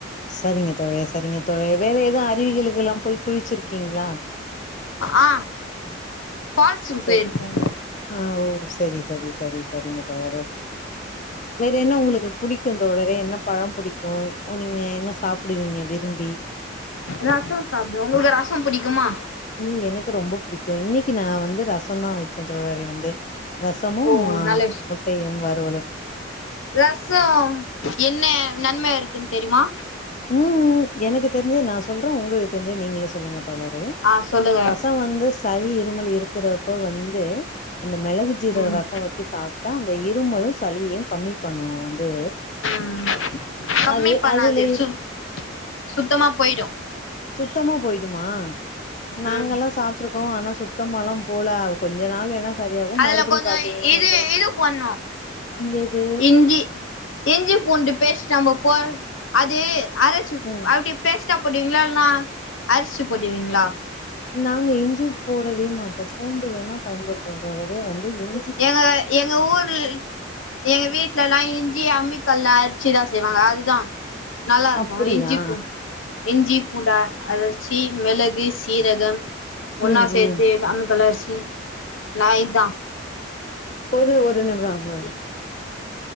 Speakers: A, on the left; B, on the left.
A: சரிங்க தோழரே சரிங்க தோழரே வேற எது அருவிகளுக்கெல்லா போய் குளிச்சிருக்கீங்ளா
B: ஆ ஃபால்ஸுக்கு
A: சரி
B: போய்ருக்கோ
A: ஆ ஓ சரி சரி சரி சரிங்க தோழரே வேற என்ன உங்களுக்கு புடிக்கு தோழரோ என்ன பழோ புடிக்கு ஒ நீங்க என்ன சாப்புடுவீங்க விரும்பி
B: ரசோ சாப்டுவே உங்களுக்கு ரசம் புடிக்குமா
A: ம் எனக்கு ரொம்ப புடிக்கு இன்னைக்கு நா வந்து ரச தா வச்சே சோழரே வந்து ரசமு
B: ஓ
A: அ
B: நல்ல
A: முட்டையு வறுவலு
B: ரசம் என்ன நன்ம இருக்குன் தெரியுமா
A: ம் எனக்கு தெரிஞ்சத நா சொல்ற உங்களுக்கு தெரிஞ்சத நீங்களு சொல்லுங்க தோழரே
B: ஆ சொல்லுங்க
A: ரச வந்து சளி இருமல் இருக்கிறப்போ வந்து அந்த மெளகு ஜீரகோ
B: ம்
A: ரசோ வச்சு சாப்ட்டா அந்த இருமலு சளியையு கம்மி பண்ணு வந்து
B: ம் கம்மி
A: அது
B: பண்ணாது
A: அதுல இரு
B: சுத் சுத்தமா போய்டு
A: சுத்தமா போய்ட்டுமா நாங்கல்லா
B: ம்
A: சாப்ட்டுரு க்கோ ஆனா சுத்தமாலா போல கொஞ்ச நாள் வேணா சரியாகும்.
B: அதுல
A: மறுபடியும்
B: கொஞ்சோ
A: பாத்தீங்கன்னா
B: இது
A: வந்துரும்.
B: இது போட்ணு
A: இங்க இது
B: இஞ்சி இஞ்சி பூண்டு பேஸ்ட் நம்ம போ அது அரைச்சு
A: ம்.
B: அப்டி பேஸ்டா போட்வீங்களா இல்னா அரச்சு போட்வீங்களா
A: நாங்க இஞ்சி போடவே மாட்டோ பூண்டு வேணா பயன்படுத்துவோ தோழரே வந்து இஞ்
B: எங்க எங்க ஊர் எங்க வீட்லல்லா இஞ்சிய அம்மிக்கல்ல அரச்சிதா செய்வாங்க அதுதா நல்லாருக்கு
A: அப்படியா?
B: இஞ்சி பூண் இஞ்சி பூண்ட அரச்சி மெளகு சீரக ஒன்னா
A: ம்,
B: சேத்து
A: ம்.
B: அம்மி கல்லரிச்சு நா இதா
A: தோழி ஒரு நிமிட தோழி